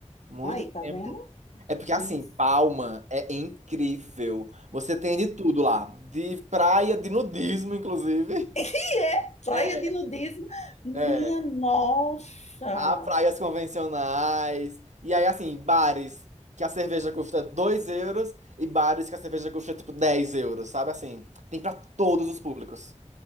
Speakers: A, on the right; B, on the left.
A: muito
B: Aí, tá
A: tempo.
B: vendo?
A: É porque assim,
B: Isso.
A: Palma é incrível. Você tem de tudo lá, de praia, de nudismo, inclusive.
B: E é Praia
A: É,
B: de nudismo,
A: <laughs>
B: minha
A: é.
B: nossa!
A: Há praias convencionais. E aí, assim, bares que a cerveja custa 2 euros e bares que a cerveja custa tipo 10 euros, sabe? Assim, tem pra todos os públicos.